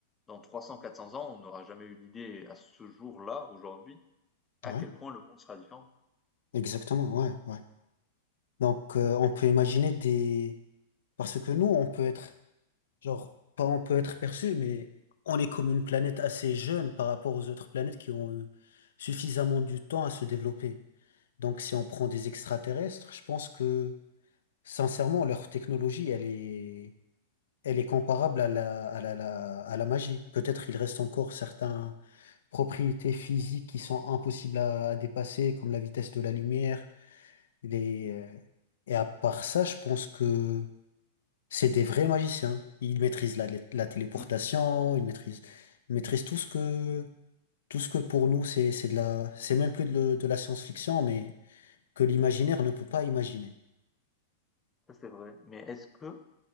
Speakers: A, on the left; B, on the left.
A: dans trois cents, quatre cents ans, on n'aura jamais eu l'idée à ce jour-là, aujourd'hui, à
B: ouais,
A: quel point le monde sera différent.
B: exactement, ouais, ouais. Donc, euh, on peut imaginer des, parce que nous, on peut être Genre, pas on peut être perçu, mais on est comme une planète assez jeune par rapport aux autres planètes qui ont eu suffisamment du temps à se développer. Donc, si on prend des extraterrestres, je pense que, sincèrement, leur technologie, elle est, elle est comparable à la, à la, la- à la magie. Peut-être il reste encore certaines propriétés physiques qui sont impossibles à, à dépasser, comme la vitesse de la lumière. Les, euh, Et à part ça, je pense que c'est des vrais magiciens. Ils maîtrisent la, la téléportation,
A: Mm.
B: ils maîtrisent, ils maîtrisent tout ce que, tout ce que pour nous, c'est, c'est de la, c'est même plus de, le- de la science-fiction, mais que l'imaginaire ne peut pas imaginer.
A: Ça c'est vrai. Mais est-ce que